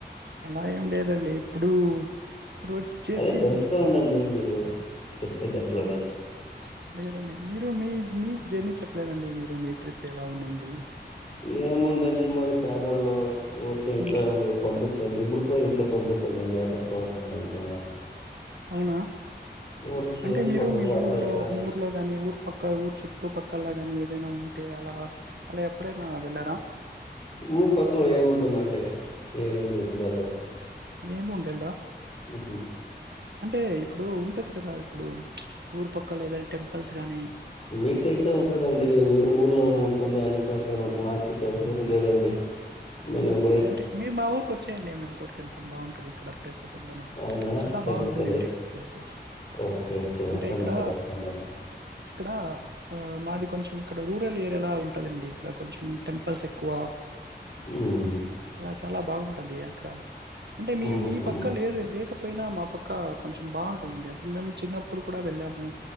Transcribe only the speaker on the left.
అదే తెలుస్తా ఉందండి మీరు చెప్పే దాంట్లోనే.
ఏముందండి మాది పేదళ్ళు ఓకే ఇంట్లో
పంపి చల్దు ఇప్పుడు కూడా ఇంట్లో పంపించలేండి అతకి పోంటునా
ఊరికే
ఏం
పక్కకు
అట్లా
ఇట్లా
ఊరి పక్కలో ఏముంటుందంటే ఏమి ఉండలేదు
ఊహు
మీకైతే ఉంటదండి ఊరు ఊర్లోనే ఉంటుంది అన్ని చోట్లో ఉంటుంది మాకైతే ఊరు లేదండి నేను ఒకడే
అవునా
సరే
సరే
ఓకే ఓకే
వస్తామండి
వస్తాము
హ్మ్.
హుహు.